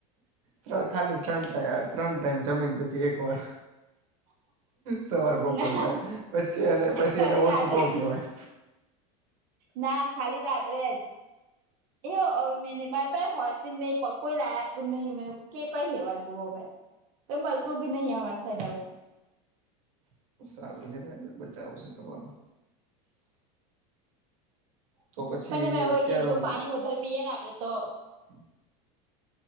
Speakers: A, on the right (about 75°); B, on the right (about 50°).
A: ત્રણ ખાલી ત્રણ થયા ત્રણ ટાઈમ જમી ને પછી એક વાર સવાર બપોર
B: ના
A: સાંજ પછી અને પછી
B: ખાલી
A: એને ઓછું
B: રાત્રે
A: કહેવાય
B: ના ખાલી રાત્રે જ એ હવે મે માર પાહે હોતી જ નહી કોઈ લાય આપતું નહી કે કઈ લેવા જવ હવે કઈ મળતું બી નહી અમારી સાઈડ હવે
A: સારું છે ને એટલે બચાવું છે તમારો તો પછી
B: પણ એમાં એવું
A: અત્યારનો
B: હોય કે જો પાણી વધારે પીએ ને આપડે તો
A: <inaudible>